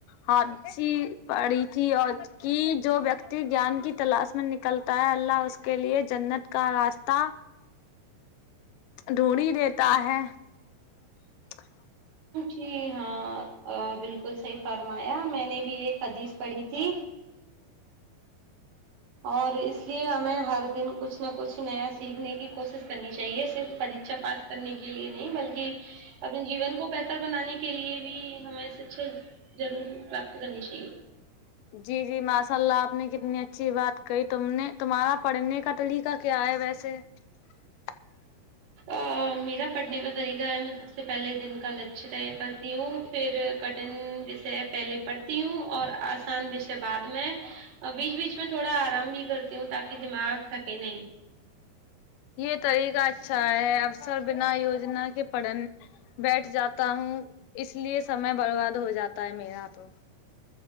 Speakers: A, on the left; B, on the right.
A: حدیث پڑی تھی اور کہ جو ویکتی گیان کی تلاش میں ن کلتا ہے اللہ اس کے لیے جنت کا راستہ ڈھونڈ ہی دیتا ہے ا <inaudible>
B: جی ہاں بالکل ا صحیح فرمایا میں نے بھی ایک حدیث پڑھی تھی اور اس لیے ہمیں ہر دن کچھ نہ کچھ نیا سیکھنے کی کوشش کرنی چاہیے صرف پریکشا پاس کرنے کے لیے نہیں بلکہ اپنے جیون کو بہتر بنانے کے لیے بھی ہمیں سچے ضرور پراپت کرنی چاہیے
A: جی جی ماشاء اللہ آپ نے کتنی اچھی بات کہی تم نے تمہارا پڑھنے کا طریقہ کیا ہے ویسے <inaudible>
B: آ میرا پڑھنے کا طریقہ ہے میں سب سے پہلے دن کا لکش طے کرتی ہوں پھر کٹھن شے پہلے پڑھتی ہوں اور آسان وش ے بعد میں بیچ بیچ میں تھوڑا آرام بھی کرتی ہوں تاکہ دماغ تھکے نہیں
A: یہ طریقہ اچھا ہے اکثر بنا یوجنا کے پڑن بیٹھ جاتا ہوں اس لیے سمے برباد ہو جاتا ہے میرا تو